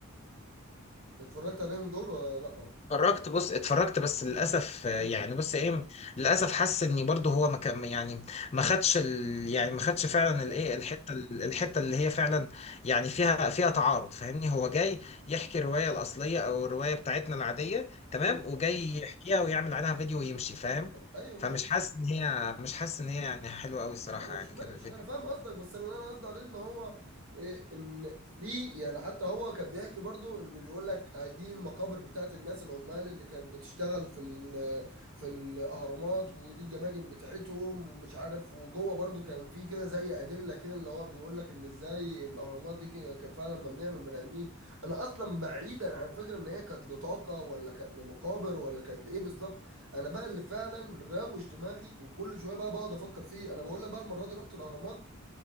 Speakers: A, on the right; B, on the left.
A: اتفرجت عليهم دول ولا لا
B: اتفرجت بص اتفرجت بس للاسف آه،
A: امم
B: يعني بص ايه للاسف حاسس اني برضه هو ما كان يعني ما خدش ال يعني ما خدش فعلا
A: كامله
B: الايه الحته ال- الحته اللي هي فعلا يعني فيها فيها تعارض فاهمني هو جاي يحكي الروايه الاصليه او الروايه بتاعتنا العاديه تمام
A: امم
B: وجاي يحكيها ويعمل عنها فيديو ويمشي فاهم
A: ايوه ماشي
B: فمش حاسس ان هي مش حاسس ان هي يعني حلوه قوي الصراحه
A: ماشي
B: يعني
A: ماشي
B: كان الفيديو
A: انا فاهم قصدك بس اللي انا قصدي عليه ان هو إيه، ان في يعني حتى هو كان بيحكي برضو ان بيقول لك آه، دي المقابر بتاعت الناس العمال اللي كانت بتشتغل في ال- في الاهرامات ودي الجماجم بتاعتهم ومش عارف وجوه برضو كان في كده زي ادله كده اللي هو بيقول لك ان ازاي الاهرامات دي كده كانت فعلا مبنيه من بني ادمين انا اصلا بعيدا عن فكره ان هي كانت لطاقه ولا كانت لمقابر ولا كانت لايه بالظبط انا بقى اللي فعلا روش دماغي وكل شويه بقى بقعد افكر فيه انا بقول لك بقى المره دي رحت الاهرامات